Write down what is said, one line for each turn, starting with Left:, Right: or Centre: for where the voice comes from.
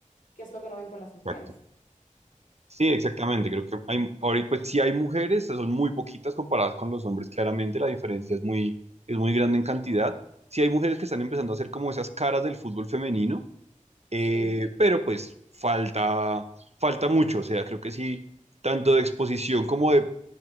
Left: que es lo que no ven con las mujeres.
Right: exacto. Sí, exactamente. Creo que hay, ahorita, pues sí hay mujeres, son muy poquitas comparadas con los hombres, claramente la diferencia es muy, es muy grande en cantidad. Sí hay mujeres que están empezando a hacer como esas caras del fútbol femenino,
Left: Sí,
Right: Eh, pero pues falta, falta mucho, o sea, creo que sí, tanto de exposición como de